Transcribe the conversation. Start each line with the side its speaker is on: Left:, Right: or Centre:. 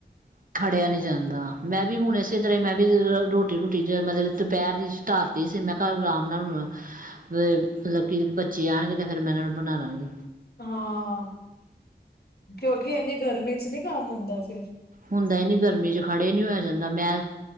Right: ਖੜਿਆ ਨੀ ਜਾਂਦਾ ਮੈਂ ਵੀ ਹੁਣ ਇਸੇ ਤਰ੍ਹਾਂ ਮੈਂ ਵੀ ਰੋਟੀ ਰੂਟੀ ਮਤਲਬ ਦੁਪਹਿਰ ਦੀ ਰਾਤ ਸੀ ਮੈਂ ਘਰ ਆਰਾਮ ਨਾਲ ਮਤਲਬ -ਕਿ ਬੱਚੇ ਆਉਣਗੇ ਤੇ ਫਿਰ ਮੈਂ ਇਹਨਾਂ ਨੂੰ ਬਣਾ ਦਿਆਂਗੀ।
Left: ਹਾਂ ਕਿਉਂਕਿ ਇਨੀ ਗਰਮੀ ਚ ਨੀ ਕੰਮ ਹੁੰਦਾ ਫਿਰ ।
Right: ਹੁੰਦਾ ਹੀ ਨ ਗਰਮੀ ਚ ਖੜੇ ਨੀ ਹੋਇਆ ਜਾਂਦਾ ਮੈਂ